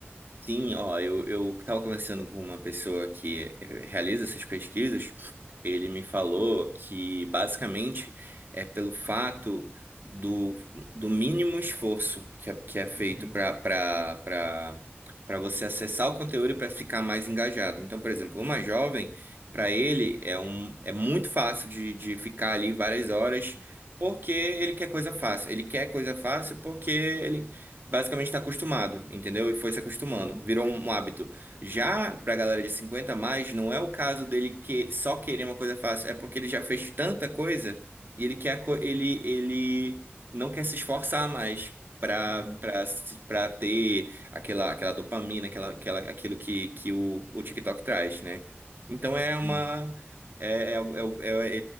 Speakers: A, on the right (about 50°); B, on the right (about 35°).
A: Sim, ó, eu, eu estava conversando com uma pessoa que eh, realiza essas pesquisas. Ele me falou que basicamente é pelo fato do, do mínimo esforço que é, que é feito
B: Uhum,
A: para para para você acessar o conteúdo e para ficar mais engajado. Então, por exemplo, uma jovem, para ele é um é muito fácil de, de ficar ali várias horas porque ele quer coisa fácil. Ele quer coisa fácil porque ele basicamente está acostumado, entendeu? E foi se acostumando,
B: uhum,
A: virou um um hábito. Já pra galera de 50 a mais, não é o caso dele que só querer uma coisa fácil, é porque ele já fez tanta coisa e ele quer a co- ele ele não quer se esforçar mais. Pra,
B: uhum.
A: pra, se- pra ter aquela, aquela dopamina, aquela, aquela, aquilo que, que o, o TikTok traz, né? Então é
B: Sim,
A: uma. É, é, é, é-